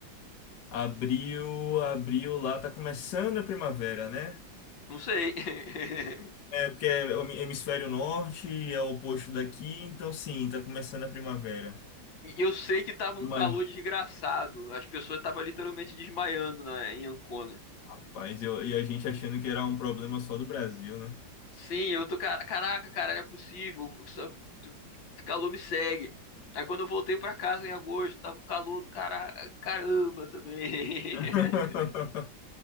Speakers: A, on the left; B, on the left.
A: Abril, abril lá tá começando a primavera, né?
B: Não sei. <laughs>
A: É, porque é o hemi- hemisfério norte, é o oposto daqui, então sim, tá começando a primavera.
B: E Eu sei que tava
A: Mas,
B: um calor desgraçado. As pessoas estavam literalmente desmaiando na... em Ancona.
A: rapaz, eu, e a gente achando que era um problema só do Brasil, né?
B: Sim, eu tô, cara, caraca, cara, não é possível. só- tu- calor me segue. Aí quando eu voltei pra casa em agosto, tava um calor do cara, caramba também. <laughs>
A: <laughs>